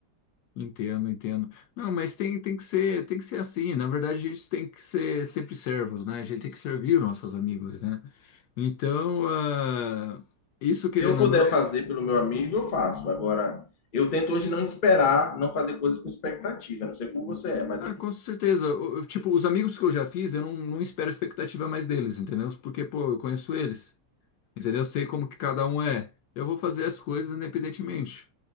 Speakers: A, on the left (about 75°); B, on the left (about 40°).
A: Entendo, entendo. Não, mas tem, tem que ser, tem que ser assim. Na verdade, a gente tem que ser sempre servos, né? A gente tem que servir os nossos amigos, né? Então, ah, isso querendo
B: Se eu puder
A: ou não,
B: fazer pelo meu amigo, eu faço. Agora, eu tento hoje não esperar, não fazer coisas com expectativa. Não sei como você é, mas
A: ah, com certeza. O- o- Tipo, os amigos que eu já fiz, eu não, não espero expectativa mais deles, entendeu? Porque, pô, eu conheço eles, entendeu? Eu sei como que cada um é. Eu vou fazer as coisas independentemente,